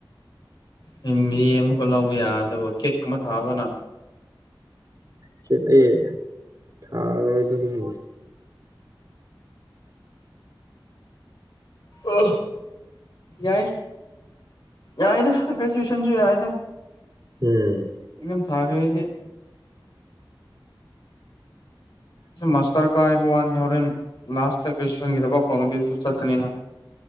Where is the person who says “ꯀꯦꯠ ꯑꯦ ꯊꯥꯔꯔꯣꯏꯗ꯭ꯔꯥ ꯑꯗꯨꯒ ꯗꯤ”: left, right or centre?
Right